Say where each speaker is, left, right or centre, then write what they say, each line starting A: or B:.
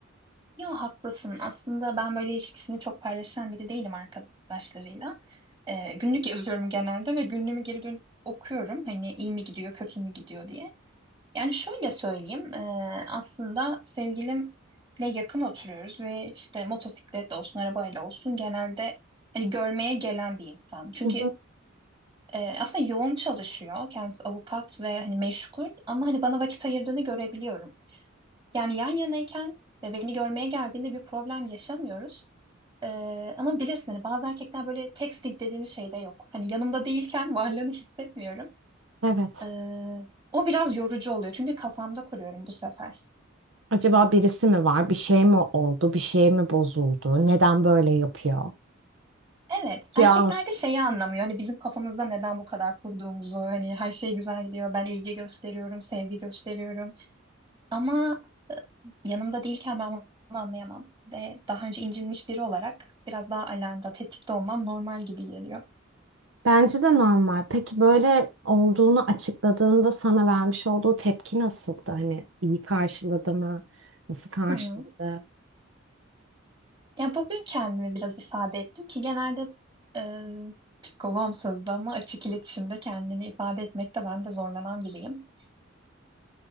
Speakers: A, on the right; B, on the right.
A: Ya haklısın. Aslında ben böyle ilişkisini çok paylaşan biri değilim arkadaşlarıyla. Ee, günlük yazıyorum genelde ve günlüğümü geri dönüp okuyorum. Hani iyi mi gidiyor, kötü mü gidiyor diye. Yani şöyle söyleyeyim. ee, aslında sevgilimle yakın oturuyoruz ve işte motosiklet olsun, arabayla olsun genelde hani görmeye gelen bir insan. Çünkü
B: Hı hı.
A: e, aslında yoğun çalışıyor. Kendisi avukat ve hani meşgul ama hani bana vakit ayırdığını görebiliyorum. Yani yan yanayken ve beni görmeye geldiğinde bir problem yaşamıyoruz. Ee, ama bilirsin hani bazı erkekler böyle texting dediğimiz şey de yok. Hani yanımda değilken <laughs> varlığını hissetmiyorum.
B: Evet.
A: Ee, o biraz yorucu oluyor çünkü kafamda kuruyorum bu sefer.
B: Acaba birisi mi var? Bir şey mi oldu? Bir şey mi bozuldu? Neden böyle yapıyor?
A: Evet,
B: Ya
A: erkekler de şeyi anlamıyor. Hani bizim kafamızda neden bu kadar kurduğumuzu, hani her şey güzel gidiyor, ben ilgi gösteriyorum, sevgi gösteriyorum. Ama yanımda değilken ben bunu anlayamam. Ve daha önce incinmiş biri olarak biraz daha alarmda, tetikte olmam normal gibi geliyor.
B: bence de normal. Peki böyle olduğunu açıkladığında sana vermiş olduğu tepki nasıldı? Hani iyi karşıladı mı? Nasıl karşıladı?
A: Hı. Ya bugün kendimi biraz ifade ettim ki genelde e, psikoloğum sözde ama açık iletişimde kendini ifade etmekte ben de zorlanan biriyim.